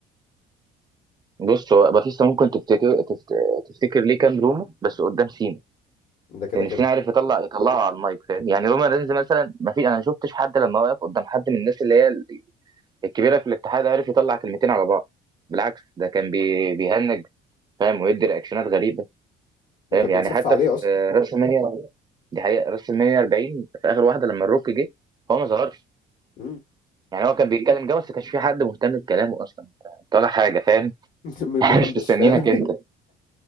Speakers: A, on the right; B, on the left.
A: بص هو باتيستا ممكن تفتكر تفت... تفتكر ليه كان روما بس قدام سينا
B: ده كده
A: لان
B: كده
A: سينا عارف يطلع يطلعه على المايك فاهم يعني روما رينز مثلا ما في انا ما شفتش حد لما وقف قدام حد من الناس اللي هي الكبيره في الاتحاد عرف يطلع كلمتين على بعض بالعكس ده كان بي... بيهنج فاهم ويدي رياكشنات غريبه
B: وكان
A: فاهم يعني
B: بيتصفى
A: حتى
B: عليه
A: في
B: اصلا
A: آه، راس المنيا دي حقيقه راس المنيا 40 في اخر واحده لما الروك جه هو ما ظهرش
B: مم.
A: يعني هو كان بيتكلم جه بس ما كانش في حد مهتم بكلامه اصلا طالع حاجه فاهم <laughs>
B: <laughs> مهمش
A: احنا مش مستنيينك
B: فاهم
A: انت